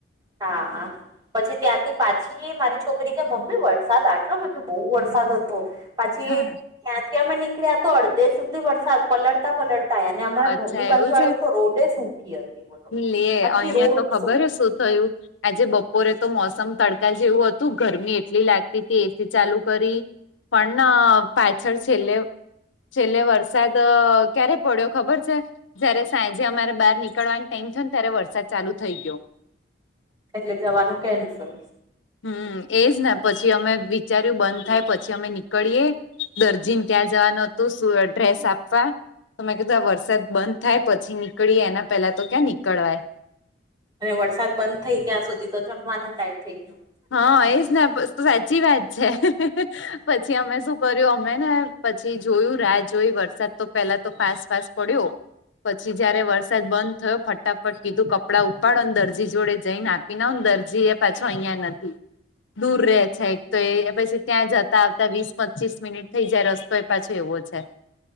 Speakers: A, on the right; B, on the left.
A: હા પછી ત્યાંથી પાછી મારી છોકરી કે મમ્મી વરસાદ આટલો બદો બહુ વરસાદ હતો પછી
B: હા,
A: ક્યાંથી અમે નીકળ્યા તો અડધે સુધી વરસાદ પલળતા પલળતાને તમારા
B: અચ્છા
A: ઘર ની બાજુ
B: એવું
A: આવ્યું
B: છે
A: તો રોડે સ સુકી હતી બોલો
B: લે
A: આખી
B: અહિયાં
A: રોડ
B: તો ખબર
A: સૂકી
B: હ શું થયું આજે બપોરે તો મોસમ તડકા જેવું હતું ગરમી એટલી લાગતી હતી એસી ચાલુ કરી પણ પાછર છેલ્લે છેલ્લે વરસાદ ક્યારે પડ્યો ખબર છે જયારે સાંજે અમારે બહાર નીકળવા ટેન્શન ત્યારે વરસાદ ચાલુ થઈ ગયો
A: એટલે જવાનું કેન્સલ
B: હમ એજ ને પછી અમે વિચાર્યું બંધ થાય પછી અમે નીકળીએે દર્જીન ત્યાં જવાનું હતું શું ડ્રેસ આપવા? તો મેં કીધું આ વરસાદ બંધ થાય પછી નીકળી એના પહેલા તો ક્યાં નીકળવાય.
A: અને વરસાદ બંધ થઇ ત્યાં સુધી તો જમવાનું ટાઈમ થઈ ગયું.
B: હા એજ ને સાચી વાત છે પછી અમે શું કર્યું મેમે ને પછી જોયું રાહ જોઈ વરસાદ તો પેલા તો ફાસ ફાસ પડ્યો. પછી જયારે વરસાદ બંધ થયો ફટાફટ કીધું કપડાં ઉપાડો ને દરજી જોડે જઈ નાખ વિના દરજી એ પાછો અહિયાં નથી દૂર રહે છે એક તો એ પછી ત્યાં જતા આવતા વીસ પચીસ મિનિટ થઈ જાય રસ્તો એ પાછો એવો છે.